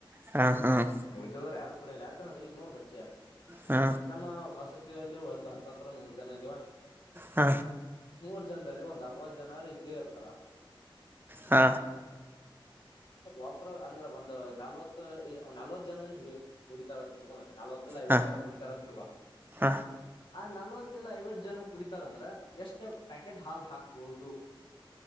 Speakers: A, on the right; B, on the left.
A: ಹ ಹ
B: ಉಲಕಿದಾವ್ರ ಯಾರು ಕಡಿಯಲ್ಲ ಯಾಕಂದ್ರೆ ಈಗ ನೋಡ್ ಮಚ್ಚಿ
A: ಹ
B: ನಮ್ಮ ವಸತಿಯಲ್ಲಿ ಒಂದ್ ಹತ್ತತ್ರ ನೂರ್ ಜನ ಇದಿವ
A: ಹ
B: ನೂರ್ ಜನ ಎಲ್ಲೋ ಒಂದ್ ಅರವತ್ತು ಜನಾರೇ ಇದ್ದೇ <unintelligible> <unintelligible>
A: ಹ
B: ಒಬ್ಬ್ರ ಅಂದ್ರ ಒಂದ್ ನಾಲ್ವತ್ ಈಗ್ ಒಂದ್ ನಾಲ್ವತ್ ಜನಾನ ಹಿಡಿ ಕುಡಿತಾರ ಅತ್ ಇಟ್ಕೋ ನಲ್ವತ್ತಲ್ಲ ಐವತ್ತು
A: ಹ
B: ಜನ ಕುಡಿತಾರ ತಿಡ್ಗ
A: ಹ
B: ಆ ನಲ್ವತ್ ಮಲ್ಲ ಐವತ್ತು ಜನ ಕುಡಿತಾರ ಅಂದ್ರೆ ಎಷ್ಟ ಪ್ಯಾಕೆಟ್ ಹಾಲ್ ಹಾಕ ಬೋದು <unintelligible>